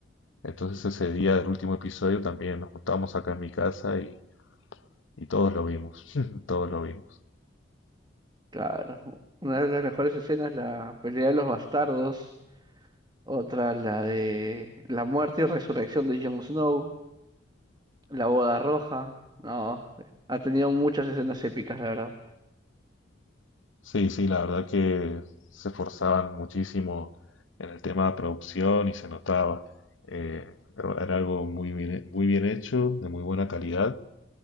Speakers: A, on the left; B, on the right.
A: Entonces ese día del último episodio también nos juntamos acá en mi casa y, y todos lo vimos, <laughs> todos lo vimos.
B: Claro. Una de las mejores escenas, la pelea de los bastardos. Otra, la de la muerte y resurrección de Jon Snow. La boda roja. No, ha tenido muchas escenas épicas, la verdad.
A: Sí, sí, la verdad que se esforzaban muchísimo en el tema de producción y se notaba. Eh, era era algo muy bien, muy bien hecho, de muy buena calidad